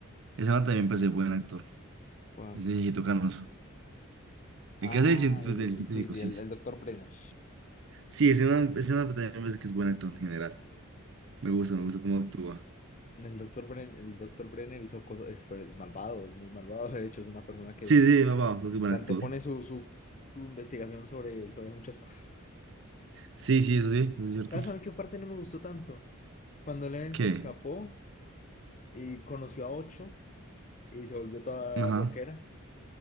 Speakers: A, on the right (about 55°); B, on the left (about 35°).
A: ese man también parece buen actor.
B: ¿cuál?
A: Ese viejito canoso. El
B: Ah,
A: que hace el, cien- pues,
B: el,
A: del científico,
B: sí, sí,
A: sí
B: el,
A: es.
B: el doctor Brenner.
A: Sí, ese man, ese man también me parece que es buen actor en general. Me gusta, me gusta cómo actúa.
B: El doctor Brenner, el doctor Brenner hizo cosas, es, fue- es malvado, es muy malvado. De hecho, es una persona que,
A: Sí, sí, papá, porque buen
B: que antepone
A: actor.
B: su, su, su investigación sobre, sobre muchas cosas.
A: Sí, sí, eso sí, eso es cierto.
B: ¿Sabes a mí qué parte no me gustó tanto? Cuando Leven
A: ¿Qué?
B: se escapó. y conoció a Ocho y se volvió toda
A: Ajá.
B: rockera.